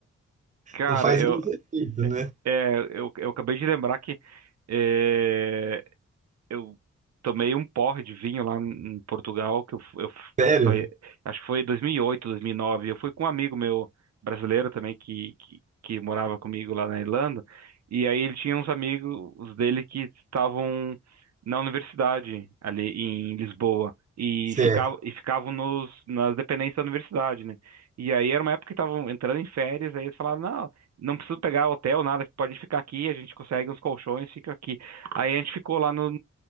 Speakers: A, on the right; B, on the right.
A: Cara,
B: Não faz
A: eu,
B: o mesmo efeito, né?
A: é, eu, eu acabei de lembrar que é, eu tomei um porre de vinho lá em Portugal, que eu, fu- eu fu-
B: Sério,
A: foi- acho que foi 2008, dois mil e nove Eu fui com um amigo meu brasileiro também que, que, que morava comigo lá na Irlanda, e aí ele tinha uns amigos os dele que estavam na universidade ali em Lisboa. E
B: sério.
A: ficavam, e ficavam nos, nas dependências da universidade, né? E aí era uma época que estavam entrando em férias, aí eles falaram, não, não precisa pegar hotel, nada, pode ficar aqui, a gente consegue uns colchões, fica aqui. Aí a gente ficou lá no,